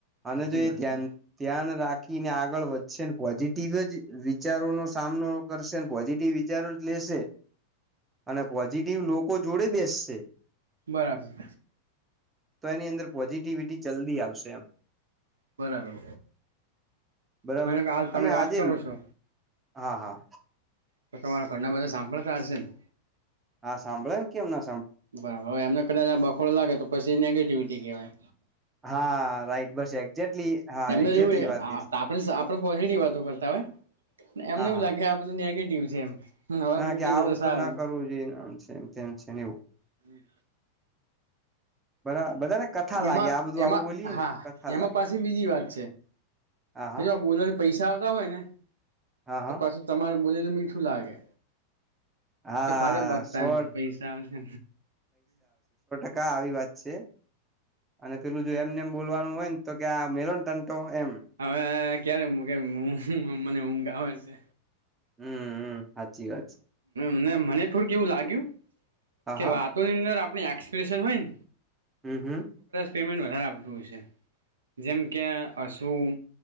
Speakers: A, on the right; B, on the right.
A: અને
B: સાચી
A: જો
B: વાત
A: એ ધ્યાન
B: છે
A: ધ્યાન રાખીને આગળ વધશે ને પોઝિટિવ જ વિચારો નો સામનો કરશે પોઝિટિવ <unintelligible> ાર જ લેશે અને પોઝિટિવ લોકો જોડે બેસશે
B: બરાબર
A: તો એની અંદર પોઝિટિવિટી જલ્દી આવશે આમ
B: બરાબર
A: બરાબર
B: મને કે હાલ તમે
A: અને
B: વાત
A: આજે
B: કરો છો
A: હા હા
B: તો તમારા ઘરના બધા સાંભળતા હશે ને
A: આ સંભળમ કેમ ન એ
B: બરાબર હવે એમને કદાચ બખોડો લાગે તો પછી નેગેટિવિટી કહેવાય
A: <inaudible> રાઈટ બસ એક્ઝેક્ટલી હા
B: એમને
A: એક્ઝેક્ટલી
B: જેવું
A: વાત
B: આપ
A: એ
B: આપણે પોઝિટિવ વાતો કરતા હોય એમને
A: હા
B: એવ
A: હા
B: લાગે આ બધું નેગેટિવ છે એમ હવે
A: હા
B: મૂકી
A: કે આવું
B: દે
A: તો
B: સારું
A: ના કરવું જોઈએને આમ છે એમ કેમ છે ને એવું
B: હમ
A: બરા બધાને કથા લાગે
B: એમાં
A: આ બધું
B: એમાં
A: આવું બોલીએ
B: હા
A: ને કથા
B: એમાં
A: લાગે
B: પાસે બીજી વાત
A: હા
B: છે
A: હા
B: જ બોલવા પૈસા હોયને
A: હા
B: તો
A: હા
B: પછી તમારું બોલેલું મીઠું લાગે
A: હા
B: કે ફલે બગતા
A: શોર્ટ
B: પણ પૈસા આવશે
A: ા આવી વાત છે અને પેલું જો એમને એમ બોલવાનું હોય ને તો કે આ મેલોન ટન્ટો એમ
B: હવે ક્યારે ઊું કે મને ઊંઘા આવેય છે
A: હમ સાચી વાત છે.
B: મને થોડુંક એવું લાગ્યું
A: હા
B: કે
A: હા
B: વાતોની અંદર આ આપની એક્સપ્રેેશન હોઈન
A: હમ હમ
B: પેમેન્ટ વધારે આવતું હોય છે જેમ કે હશું